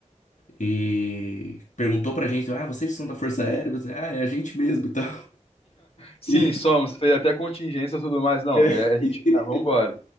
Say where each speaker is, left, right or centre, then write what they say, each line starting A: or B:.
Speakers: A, on the left; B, on the left.
A: e perguntou pra gente: Ah, vocês são da Força Aérea? Eu disse, ah, é a gente mesmo e tal.
B: Sim,
A: <laughs>
B: somos, fez até contingência e tudo mais. Não,
A: E,
B: é a gente, tá, vambora.
A: é.